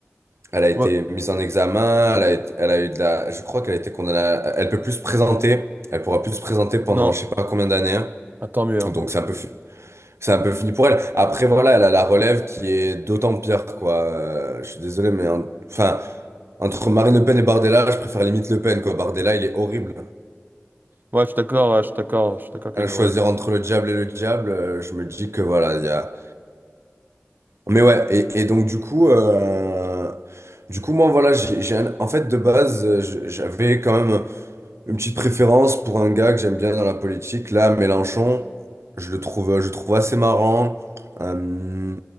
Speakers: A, on the right; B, on the right.
A: elle a été
B: Ouais.
A: mise en examen, elle a été- elle a eu de la, je crois qu'elle a été condamnée, à- elle peut plus se présenter, elle pourra plus se présenter pendant
B: Non.
A: je sais pas combien d'années, hein.
B: Ah, tant mieux, hein.
A: donc c'est un peu, fu- c'est un peu fini pour elle. Après, voilà, elle a la relève qui est d'autant pire, quoi. Euh, je suis désolé, mais un- enfin, entre Marine Le Pen et Bardella, je préfère limite Le Pen, quoi. Bardella, il est horrible.
B: Ouais, je suis d'accord, ouais, je suis d'accord, je suis d'accord qu'elle
A: À
B: est
A: choisir
B: horrible.
A: entre le diable et le diable, euh, je me dis que voilà, il y a. Mais ouais, et, et donc du coup, euh, du coup, moi, voilà, j'ai, j'ai un- en fait, de base, euh, je- j'avais quand même. Une petite préférence pour un gars que j'aime bien dans la politique. Là, Mélenchon, je le trouve, je le trouve assez marrant. euh,